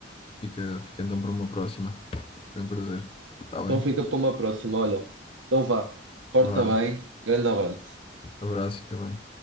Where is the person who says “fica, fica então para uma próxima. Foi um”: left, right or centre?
Left